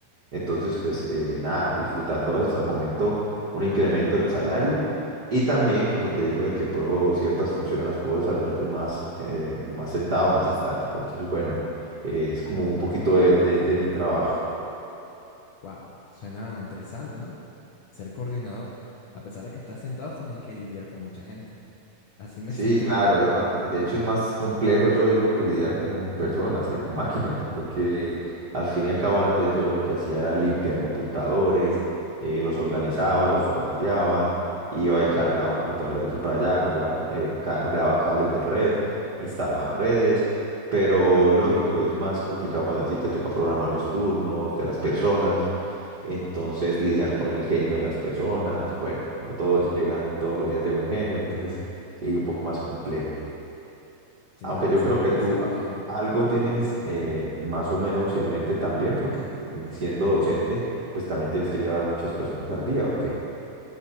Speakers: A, on the right; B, on the left.
A: Entonces, pues eh, nada, disfrutando hasta el momento un incremento en el salario y también, como te digo, de que puedo, ciertas funciones las puedo desarrollar yo más, eh, más sentado, más estático. Entonces, bueno, eh, es como un poquito de de- de mi trabajo.
B: Wow, suena interesante, ¿no? Ser coordinador. A pesar de que estás sentado, tienes que lidiar con mucha gente. Así me
A: Sí,
B: siento
A: claro,
B: yo.
A: es más, de hecho es más complejo yo digo que lidiar con personas que con máquinas, porque al fin y al cabo antes yo lo que hacía era limpiar computadores, eh, los organizaba, los formateaba, iba y cargaba computadores de aquí para allá, cambiaba, ca- eh, cargaba cables de red, instalaba redes, pero lógico, es más complicado cuando a ti te toca programar los turnos de las personas. Entonces, lidiar con el genio de las personas, bueno, no todos llegan todos los días de buen genio, entonces Sí, un poco más complejo.
B: Sí,
A: Aunque
B: a pesar
A: yo creo
B: de que
A: que
B: dicen
A: tú a-
B: que
A: algo tienes eh, más o menos en mente también, porque eh, siendo docente, pues también tienes que llevar muchas personas al día, ¿o qué?